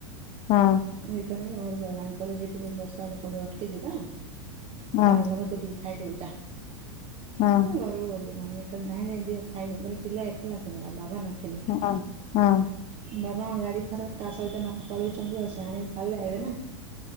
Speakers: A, on the left (about 40°); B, on the right (about 40°).
A: ହଁ।
B: ରିଟର୍ନ ହେଇ ଘରକୁ ହେଲାଣି କହିଲେ ଝିପ ଝିପ ବର୍ଷା ହେଲେ ପୁଣି ଅଟକି ଯିବା,
A: ହଁ
B: ତାଠୁ ଭଲ ତୁ ଟିକେ ଖାଇଦବୁ ଯା।
A: ହଁ।
B: ମୁଁ ଘରକୁ ଗଲି ମମୀଙ୍କୁ କିହିଲି ନାଇଁ ନାଇଁ ଦିଅ ଖାଇବେ। ବୋଲେ ପିଲା ଏକଲା ଥିଲା ନା ବାବା ନ
A: ହଁ ହଁ।
B: ବାବାଙ୍କ ଗାଡ଼ି ଖରାପ କାହା ସହିତ ନ ପଳେଇଛନ୍ତି ଆଉ ସେ ଆଣିକି ଛାଡ଼ିଲେ ଆଇବେ ନା।